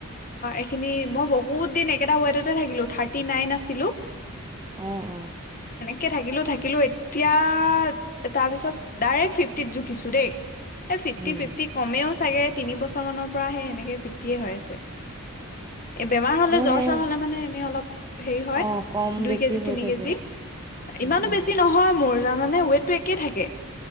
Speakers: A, on the left; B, on the right.
A: এখিনি মই বহুত দিন একে ৱেটতে থাকিলো থাৰ্টি নাইন আছিলো।
B: অ অহ
A: কে থাকিলো থাকিলো এতিয়া তাৰ পিছত ডাইৰেক্ট ফিফটিত জুখিছো দেই। এই ফিফটি
B: উম
A: ফিফটি কমেও চাগে। তিনি বচৰ মানৰ পৰাহে এনেকে ফিফটিয়ে হৈ আছে। এই বেমাৰ হ'লে
B: মোৰ
A: জ্বৰ
B: সেই
A: চ্বৰ হ'লে মানে এনেই অলপ হেৰি হয়
B: অ', কম
A: দুই
B: বেছি
A: কেজি
B: হৈ
A: তিনি
B: থাকে।
A: কেজি
B: উম,
A: ইমানো
B: উম,
A: বেছি নহয় মোৰ। জানানে ৱেটটো একে থাকে।